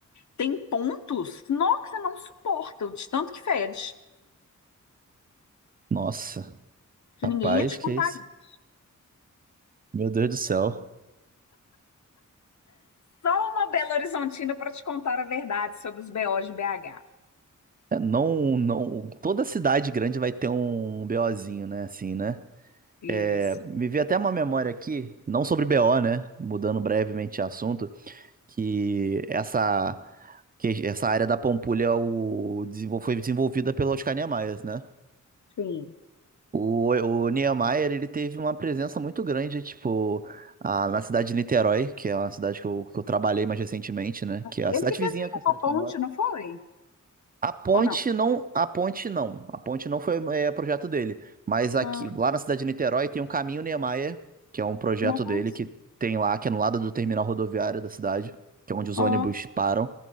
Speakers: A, on the left; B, on the right.
A: Tem pontos nó, que você não suporta, de tanto que fede,
B: Nossa.
A: que
B: Rapaz,
A: ninguém ia te contar
B: que isso?
A: isso.
B: Meu Deus do céu.
A: Só uma Belo Horizontina para te contar a verdade sobre os BOs de BH.
B: É, não, não, toda cidade grande vai ter um BOzinho, né? Assim, né?
A: Isso.
B: É, me veio até uma memória aqui, não sobre BO, né? Mudando brevemente de assunto, que essa, que essa área da Pampulha o, desenvol- foi desenvolvida pelo Oscar Niemeyer, né?
A: Sim.
B: O, o Niemeyer, ele teve uma presença muito grande, tipo, a- na cidade de Niterói, que é uma cidade que eu, que eu trabalhei mais recentemente, né? Que é a
A: Ele
B: cidade
A: que desenhou
B: vizinha, que é a cidade
A: a ponte,
B: que eu moro.
A: não foi?
B: A ponte
A: Ou não?
B: não, a ponte não, a ponte não foi é, projeto dele, mas aqui
A: Ah,
B: lá na cidade de Niterói tem um caminho Niemeyer, que é um projeto
A: nossa,
B: dele que tem lá que é no lado do terminal rodoviário da cidade, que é onde os
A: ó,
B: ônibus
A: que
B: param,